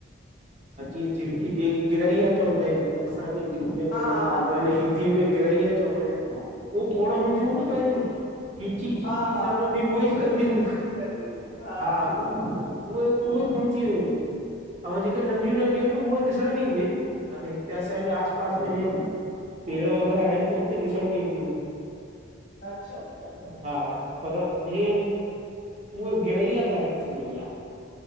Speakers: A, on the right (about 35°); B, on the left (about 45°).
A: हां जीअं झिरकी जे ग़िरैया चवंदा आहयूं, जेके असांं खे ईंदी। ब्यो हुनयो
B: हा हा
A: नालो
B: हा हा
A: हन
B: हा
A: हिंदीअ में
B: अच्छा
A: ग़िरैया चवंदा आहेन, उओ खोड़ हूंदियूं हून पहरियूं। इअ चीं-चीं-चीं
B: हा हा
A: सॼो
B: हा
A: ॾींह उहो ई कंदी
B: चीची
A: हुं!
B: चीची कंदियूं हुयूं
A: हा उह। उहे-उहे गुम थी वयूं अन, अउ जेके
B: हम्म, हम्म,
A: नंढि-नंढियूं आहिन न उहे ॾिसण में ईंदीयूंन, हन हिते असां ऐ मे आस पास में पेड़ वग़ैरह आहेन त उते ॾिसण में ईंदियू इन।
B: अच्छा अच्छा अच्छा
A: हां पर हे इन, उह गिरैया ग़ायब थी वईया।